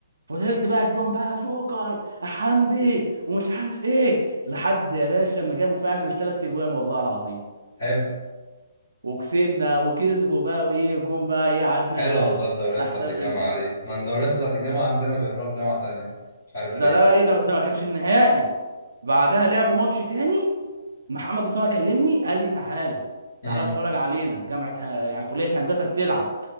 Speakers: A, on the right; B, on the left.
A: فضلت بقى اديهم بقى جوكر حمدي ومش عارف ايه لحد يا باشا ما جابوا فعلا الثلاث اجوان والله العظيم
B: حلو
A: وكسبنا وكسبوا بقى وايه جم بقى ايه قعدنا
B: حلو والله الدوريات
A: نحتفل
B: بتاعت الجامعة دي احنا الدوريات بتاعت الجامعة عندنا بيعملوها في جامعة تانية مش عارف
A: ده
B: ليه
A: ده ايه ده, ده ما كانش النهائي بعدها لعبوا ماتش تاني محمد اسامه كلمني قال لي تعالى
B: مم.
A: تعالى اتفرج علينا جامعه ه- يعني كليه هندسه بتلعب